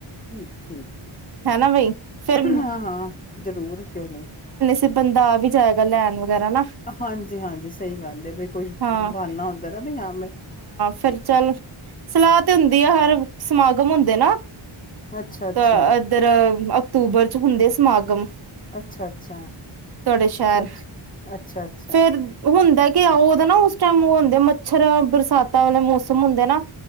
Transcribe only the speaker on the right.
ਹਨਾ ਬਈ ਫਿਰ
ਤੇ ਬੰਦਾ ਆ ਵੀ ਜਾਏਗਾ ਲੈਣ। ਵਗੈਰਾ ਨਾ
ਹਾਂ
ਫੇਰ ਚੱਲ ਸਲਾਹ ਤੇ ਹੁੰਦੀ ਆ ਹਰ ਸਮਾਗਮ ਹੁੰਦੇ ਨਾ,
ਤਾਂ ਐਦਰ, ਅਕਤੂਬਰ ਚ ਹੁੰਦੇ ਸਮਾਗਮ
ਤੁਹਾਡੇ ਸ਼ਹਿਰ
ਫੇਰ ਹੁੰਦਾ ਕਿ ਉਹਦਾ ਨਾ ਉਸ ਟਾਈਮ ਉਹ ਹੁੰਦੇ ਆ ਮੱਛਰ ਬਰਸਾਤ ਤਾਂ ਉਹਨੇ ਮੌਸਮ ਹੁੰਦੇ ਨਾ।